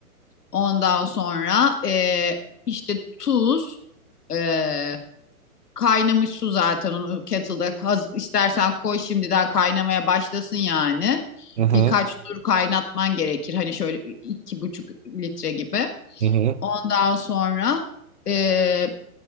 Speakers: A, on the left; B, on the right.
A: Ondan sonra e, işte tuz, e, kaynamış su zaten onu kettle'da haz, istersen koy şimdiden kaynamaya başlasın yani.
B: Hı hı.
A: Birkaç tur kaynatman gerekir. Hani şöyle iki buçuk litre gibi.
B: Hı hı.
A: Ondan sonra e,